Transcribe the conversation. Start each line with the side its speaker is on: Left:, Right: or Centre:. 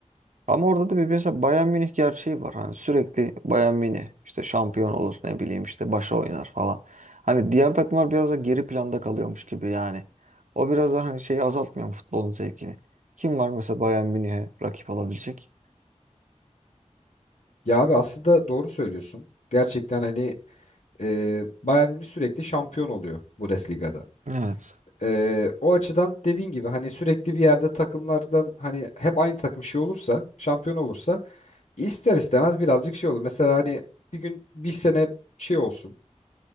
Right: Ama orada da bir mesela Bayern Münih gerçeği var. Hani sürekli Bayern Münih işte şampiyon olur ne bileyim işte başa oynar falan. Hani diğer takımlar biraz da geri planda kalıyormuş gibi yani. O biraz da hani şeyi azaltmıyor mu futbolun zevkini? Kim var mesela Bayern Münih'e rakip olabilecek?
Left: Ya abi aslında doğru söylüyorsun. Gerçekten hani e, Bayern Münih sürekli şampiyon oluyor Bundesliga'da.
Right: Evet.
Left: E, o açıdan dediğin gibi hani sürekli bir yerde takımlardan hani hep aynı takım şey olursa, şampiyon olursa ister istemez birazcık şey olur. Mesela hani bir gün bir sene şey olsun.